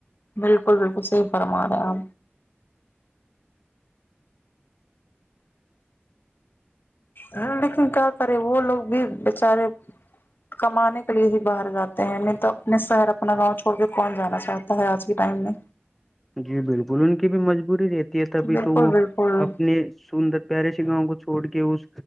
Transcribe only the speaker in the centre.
جی بالکل ان کی بھی مجبوری رہتی ہے تبھی
تو وہ
اپنے سندر پیارے سے گاؤں کو چھوڑ کے اس